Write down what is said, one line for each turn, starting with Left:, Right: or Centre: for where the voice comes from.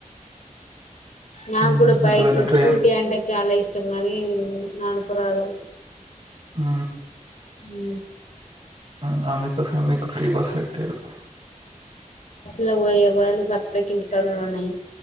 Left: నాకు
Right: హ్మ్.
Left: కూడా బైక్
Right: ఒకవేళ ట్రైన్
Left: స్కూటీ అంటే చాలా ఇష్టం కానీ నా పోరాదు
Right: ఆ
Left: ఉ
Right: ఆ దానికోసం మీకు ఫ్రీ బస్ పెట్టారు
Left: లో పోయే బదులు సపకి కడలు ఉన్నాయి